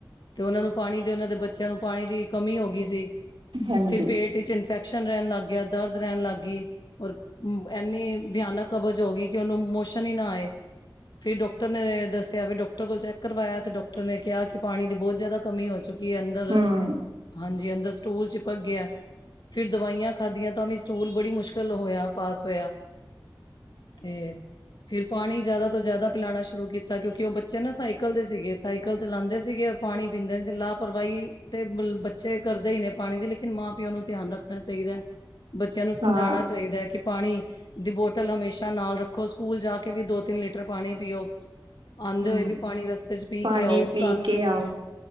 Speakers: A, on the left (about 60°); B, on the right (about 80°).
A: ਤੇ ਓਨਾਂ ਨੂੰ ਪਾਣੀ ਦੇ ਓਨਾਂ ਦੇ ਬੱਚੇਆਂ ਨੂੰ ਪਾਣੀ ਦੀ ਕਮੀ ਹੋ ਗੀ ਸੀ
B: ਹਾਂਜੀ
A: ਫਿਰ ਪੇਟ 'ਚ ਇਨਫੈਕਸ਼ਨ ਰੈਨ ਲੱਗ ਗਯਾ, ਦਰਦ ਰੈਨ ਲੱਗ ਗੀ। ਔਰ ਐਨੀ ਭਿਆਨਕ ਕਬਜ਼ ਹੋ ਗੀ ਕਿ ਓਨੂੰ ਮੋਸ਼ਨ ਈ ਨਾ ਆਏ। ਫਿਰ ਡਾਕਟਰ ਨੇ ਦੱਸਿਆ ਫਿਰ ਡਾਕਟਰ ਕੋਲ ਚੈੱਕ ਕਰਵਾਇਆ ਤੇ ਡਾਕਟਰ ਨੇ ਕੇਆ ਕਿ ਪਾਣੀ ਦੀ ਬੋਤ ਜਾਦਾ ਕਮੀ ਹੋ ਚੁੱਕ ਕੀ ਅੰਦਰ,
B: ਹਮ
A: ਹਾਂਜੀ ਅੰਦਰ ਸਟੂਲ ਚਿਪਕ ਗਯਾ। ਫਿਰ ਦਵਾਈਆਂ ਖਾਧੀਆਂ ਤਾਂ ਵੀ ਸਟੂਲ ਬੜੀ ਮੁਸ਼ਕਿਲ ਹੋਏਆ ਪਾਸ ਹੋਏਆ‌। ਤੇ ਫਿਰ ਪਾਣੀ ਜਾਦਾ ਤੋਂ ਜਾਦਾ ਪਿਲਾਣਾ ਸ਼ੁਰੂ ਕੀਤਾ ਕਿਉਂਕਿ ਓ ਬੱਚੇ ਨਾ ਸਾਈਕਲ ਦੇ ਸੀਗੇ ਸਾਈਕਲ ਚਲਾਂਦੇ ਸੀਗੇ ਪਾਣੀ ਪੀਂਦੇ ਨੀ ਸੀ, ਲਾਪਰਵਾਹੀ ਤੇ ਬੱਚੇ ਕਰਦੇ ਈ ਨੇ ਪਾਣੀ ਦੀ ਲੇਕਿਨ ਮਾਂ ਪਿਓ ਨੂੰ ਧਿਆਨ ਰੱਖਣਾ ਚਾਈਦਾ ਬੱਚੇਆਂ ਨੂੰ ਸਮਝਾਣਾ
B: ਹਾਂ
A: ਚਾਈਦਾ ਕਿ ਪਾਣੀ ਦੀ ਬੋਟਲ ਹਮੇਸ਼ਾ ਨਾਲ ਰੱਖੋ ਸਕੂਲ ਜਾ ਕੇ ਵੀ ਦੋ ਤਿੰਨ ਲੀਟ ਟਰ ਪਾਣੀ ਪੀਓ ਆਂਦੇ
B: ਹਮ
A: ਹੋਏ ਵੀ ਪਾਣੀ ਰਸਤੇ 'ਚ ਪੀ
B: ਪਾਣੀ
A: ਕੇ ਆਓ
B: ਪੀ
A: ਘਰ
B: ਕੇ ਆਓ